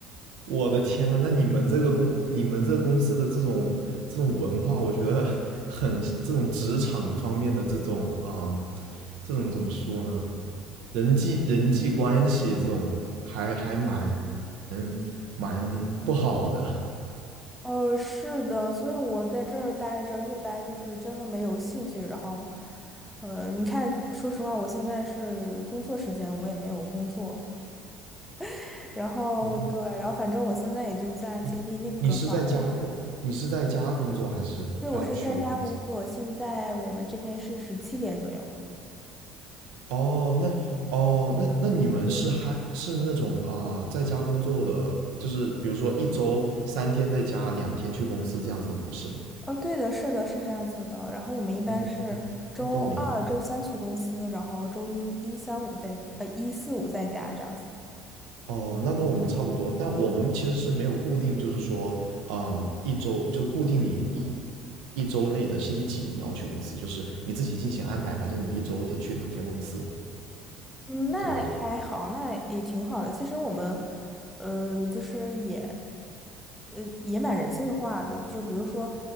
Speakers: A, on the right (about 80°); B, in the centre.
A: 我的天啊，那你们这个公你们这个公司的这种这种文化，我觉得很这种职场方面的这种啊、这种怎么说呢？人际人际关系这种还还蛮蛮不好的。
B: 呃，是的，所以我在这儿待着，越待就是真的没有兴趣。然后，呃，你看，说实话，我现在是工作时间，我也没有工作。<laughs> 然后对，
A: 哦，
B: 然后反正我现在也就在经历内部转岗。
A: 你你是在家工，你是在家工作还是要去工作？
B: 对，我是在家工作，现在我们这边是十七点左右。
A: 哦，那哦，那那你们是还是那种啊、在家工作的，就是比如说一周三天在家，两天去公司这样子的模式吗？
B: 哦，对的，是的，是这样子的。然后我们一般是周二、
A: 哦，那那跟我们一样。
B: 周三去公司，然后周一、一三五在，呃，一四五在家这样子。
A: 哦，那跟我们差不多，但我们其实是没有固定，就是说，嗯，一周就固定你一一周内的星期几你要去公司，就是你自己进行安排，反正你一周得去两天公司，
B: 嗯，那还好，
A: 这个样。
B: 那也挺好的。其实我们，呃，就是也，呃，也蛮人性化的。就比如说，